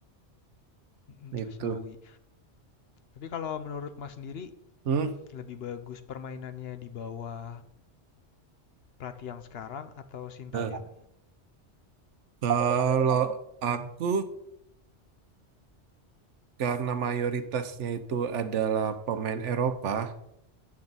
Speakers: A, on the left (about 60°); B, on the right (about 80°).
A: Mm,
B: itu.
A: Asnawi. Tapi kalau menurut Mas sendiri
B: Hmm.
A: lebih bagus permainannya di bawah pelatih yang sekarang atau Sintayong?
B: Nah, kalau aku karena mayoritasnya itu adalah pemain Eropa,